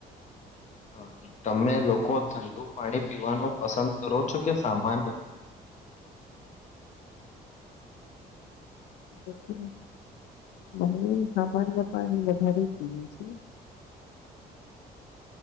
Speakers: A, on the left; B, on the left.
A: <unintelligible> તમે લોકો ઠંડુ પાણી પીવાનું પસંદ કરો છો કે સામાન્ય. <unintelligible>
B: <inaudible> બહુ સામાન્ય પાણી વધારે પીયું છે.